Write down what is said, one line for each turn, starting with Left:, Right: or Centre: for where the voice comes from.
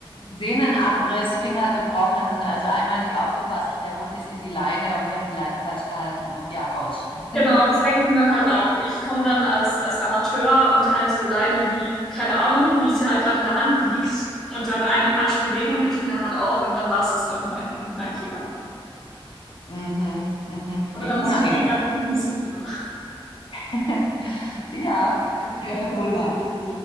Left: Sehnenabriss, Finger gebrochen, also einmal nicht aufgepasst und der Hund ist in die Leine und ich habe die Leine falsch gehalten und ja, ouch. <laughs>
Centre: Genau, das denke ich mir dann halt auch. Und ich komme dann als, als Amateur und halt diese Leine wie, keine Ahnung, wie sie halt gerade in der Hand liegt. Und dann eine falsche Bewegung denke ich mir dann halt auch. Und dann war es das da mit meinen, mit meinen Fingern.
Left: Mhm, mhm,
Centre: Aber
Left: nee,
Centre: da muss
Left: unangenehm.
Centre: ich vielleicht einfach noch ein bisschen üben.
Left: <laughs> Ja,
Centre: Ich vielleicht
Left: <laughs>
Centre: mal
Left: wohl
Centre: bitte
Left: wahr.
Centre: die Hände